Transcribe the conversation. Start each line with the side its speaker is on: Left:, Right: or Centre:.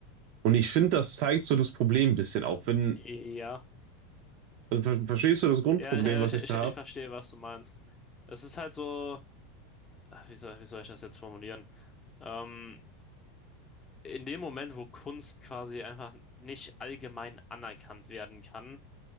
Right: Und ich finde, das zeigt so das Problem ein bisschen auf. Wenn,
Left: Ja.
Right: also, ver verstehst du das Grundproblem,
Left: Ja, ja,
Right: was
Left: ich, ich,
Right: ich da
Left: ich
Right: habe?
Left: verstehe, was du meinst. Es ist halt so, ach, wie soll, wie soll ich das jetzt formulieren? Ähm, in dem Moment, wo Kunst quasi einfach nicht allgemein anerkannt werden kann,